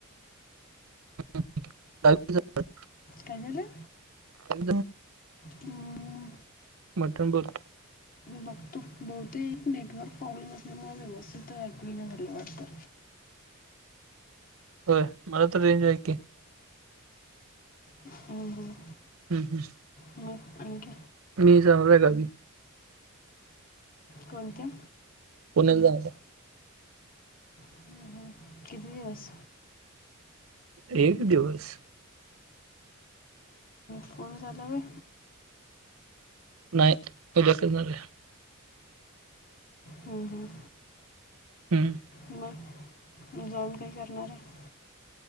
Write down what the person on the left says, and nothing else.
काय झालं.
हम्म
बघतो. बहुतेक नेटवर्क प्रॉब्लेम असल्यामुळे व्यवस्थित ऐकु येईना झालं वाटत. <inaudible>
हम्म हम्म
हो आणखी
कोणत्या?
हं, हं. किती दिवस
फोन झाला व्हय.
हम्म हम्म
मग जाऊन काय करणार आहे.